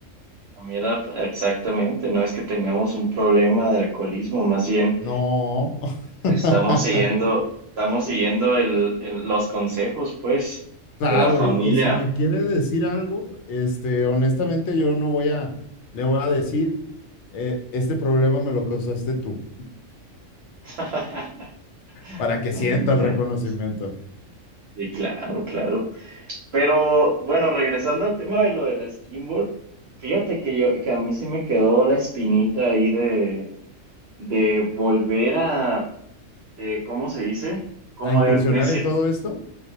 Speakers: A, on the right; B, on the left.
A: Ah, Mira, exactamente, no es que tengamos un problema de alcoholismo, más bien
B: No. <laughs>
A: estamos siguiendo, estamos siguiendo el, el- los consejos, pues,
B: Claro,
A: de la familia.
B: y, y si me quiere decir algo, este, honestamente yo no voy a, le voy a decir, eh, este problema me lo causaste tú,
A: <laughs>
B: para que sienta
A: Ay, inventos.
B: el reconocimiento.
A: Sí, claro, claro. Pero bueno, regresando al tema de lo de la skimboard, fíjate que yo, que a mí sí me quedó la espinita ahí de de volver a, eh, ¿cómo se dice? Como
B: a incursionar
A: de, de ese...
B: en todo esto?